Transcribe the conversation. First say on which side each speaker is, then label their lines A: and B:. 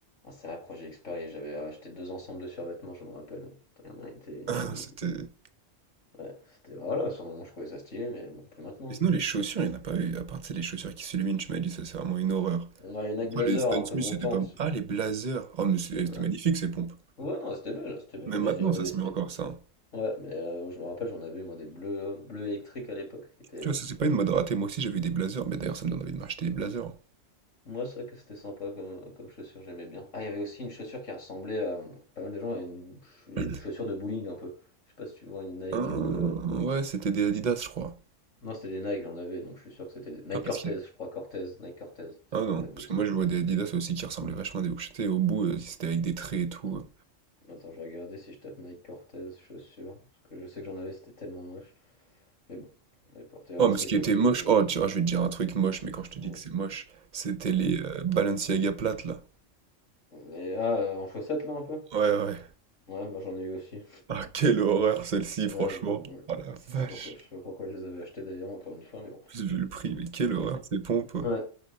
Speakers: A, on the left (about 85°); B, on the right (about 40°).
A: Un sérieux projet Xperia, j'avais acheté deux ensembles de survêtements, je me rappelle. Il y en a, il était.
B: <clears throat>
A: il-
B: C'était.
A: il- Ouais, c'était. Voilà, sur le moment, je trouvais ça stylé, mais bon, plus maintenant.
B: Et sinon, les chaussures, il n'y en a pas eu. À part, tu sais, les chaussures qui s'illuminent, tu m'as dit, ça, c'est vraiment une horreur.
A: hein. Ouais, une Nike
B: Pourquoi
A: Blazer,
B: les Stan
A: un
B: Smith,
A: peu montante.
B: c'était pas. Ah, les blazers. Oh, mais c'est- c'était
A: Ouais,
B: magnifique, ces pompes.
A: Ouais, non, c'était belle, c'était belle,
B: Même
A: mais
B: maintenant,
A: il y en
B: ça
A: avait,
B: se
A: c'était.
B: met encore, ça. hein.
A: Ouais, mais là, je me rappelle, j'en avais, moi, des bleus, bleus électriques à l'époque, qui étaient.
B: Tu
A: hein,
B: vois, ça, c'est pas une mode ratée. Moi aussi, j'avais eu des blazers. Mais d'ailleurs, ça me donne envie de m'acheter des blazers.
A: Moi, c'est vrai que c'était sympa comme, comme chaussure, j'aimais bien. Ah, il y avait aussi une chaussure qui ressemblait à pas mal de gens à une, une
B: <clears throat>
A: chaussure de bowling un peu. Je sais pas si tu vois une Nike
B: Hein,
A: un peu. euh,
B: Euh, ouais, c'était des Adidas, je crois.
A: Non, c'était des Nike, j'en avais, donc je suis sûr que c'était des Nike
B: Ah, parce
A: Cortez,
B: que
A: je crois Cortez, Nike Cortez, si
B: Ah
A: je
B: non,
A: dis pas
B: parce
A: de bêtises.
B: que moi je vois des Adidas aussi qui ressemblaient vachement à des Bourchette, et au bout euh, c'était avec des traits et tout.
A: Hein. Attends, je vais regarder si je tape Nike Cortez chaussures, parce que je sais que j'en avais, c'était tellement moche. Mais bon, on les portait, ouais,
B: Oh mais
A: c'est
B: ce qui
A: exactement
B: était moche,
A: ça.
B: oh tu vois, je vais te dire un truc moche, mais quand je te dis
A: Ouais,
B: que c'est moche, c'était les
A: absolument.
B: euh, Balenciaga plates là.
A: Et ah, euh, en chaussettes là un peu?
B: Ouais ouais.
A: Ouais, moi j'en ai eu aussi.
B: Ah quelle horreur celle-ci
A: Ouais,
B: franchement.
A: j'en- ouais.
B: Oh la
A: Je sais
B: vache.
A: pas pourquoi, je sais pas pourquoi je les avais achetées d'ailleurs, encore une fois, mais
B: En
A: bon.
B: Plus vu le prix, mais quelle horreur ces pompes.
A: Ouais,